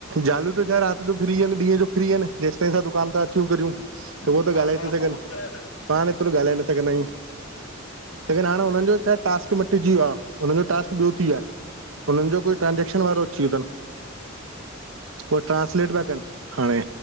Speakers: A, on the right (about 80°); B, on the left (about 75°).
A: जालियूं त छाहे रात जो फ्री आहिन ॾींहं जो फ्री आहिन जेसिताईं असां दुकान ता अचूं करियूं त उहो
B: हा
A: त ॻाल्हाए थी सघनि
B: उहो कराए सघंदुमि
A: पाण एतिरो ॻाल्हाए न सघंदा आहियूं। लेकिन हाणे हुनन जो छाहे टास्क मिटजी वियो आ हुननि जो टास्क ॿियो थी वियो आ हुनन जो कोई ट्रांसेक्शन वारो अची वियो अथन उह ट्रस -- स्लेट पया कन हाणे